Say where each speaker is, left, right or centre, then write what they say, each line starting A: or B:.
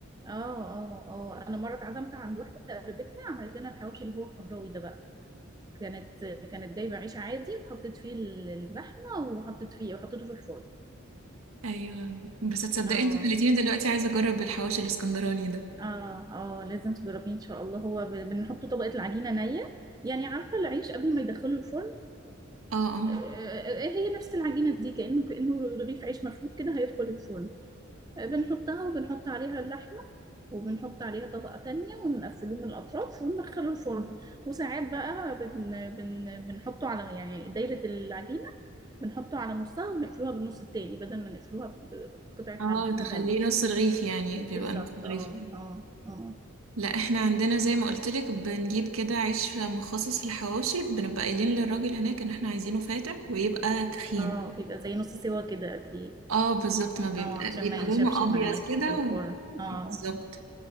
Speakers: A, on the right (about 20°); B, on the right (about 85°).
A: اه اه اه انا مره اتعزمت عند واحده قريبتنا عملت لنا الحواوشي اللي هو القهراوي ده بقى كانت كانت جايبة عيش عادي وحطيت فيه ال- اللحمة وحطيت فيه وحطيته في الفرن
B: ايوه بس تصدقي
A: اه
B: انت خليتيني دلوقتي عايزة اجرب الحواوشي الاسكندراني ده
A: اه اه لازم تجربيه ان شاء الله هو ب- بنحط طبقة العجينة نية يعني عارفة العيش قبل ما يدخله الفرن
B: اه اه
A: آه، آه، آه، هي نفس العجينة دي كأنه كأنه رغيف عيش مفروض كده هيدخل الفرن آه، بنحطها وبنحط عليها اللحمة وبنحط عليها طبقة تانية ونقفله من الأطراف وندخله الفرن وساعات بقى بن بن بنحطه على يعني دايرة العجينة بنحطه على نصها ونقفلوها بالنص التاني بدل ما نقفلوها ب- ب- بقطعة
B: اه
A: عجينة
B: تخليه
A: تانية
B: نص رغيف يعني بيبقى
A: بالظبط
B: نص
A: اه
B: رغيف كده.
A: اه اه
B: لا احنا عندنا زي ما قلت لك بنجيب كده عيش مخصص للحواوشي بنبقى قايلين للراجل هناك ان احنا عايزينه فاتح ويبقى تخين
A: اه بيبقى زي نص سوا كده اكيد
B: اه بالظبط ما بيبقى
A: اه عشان
B: بيبقى
A: ما ينشفش
B: لونه
A: معاكي
B: ابيض كده
A: في الفرن
B: و...
A: اه
B: بالظبط